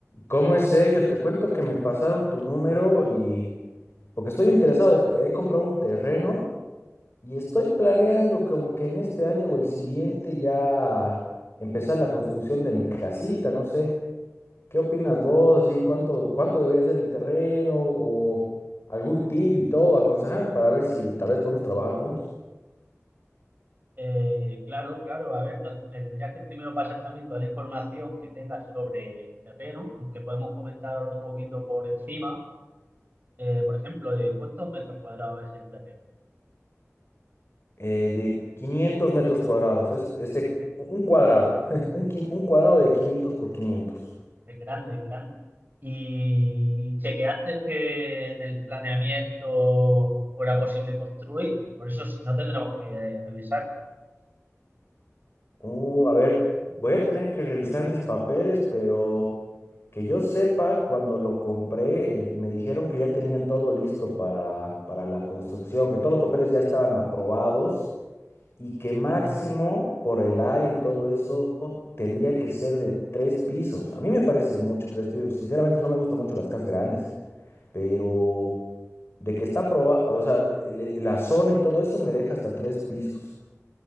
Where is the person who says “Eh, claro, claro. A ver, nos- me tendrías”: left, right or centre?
Right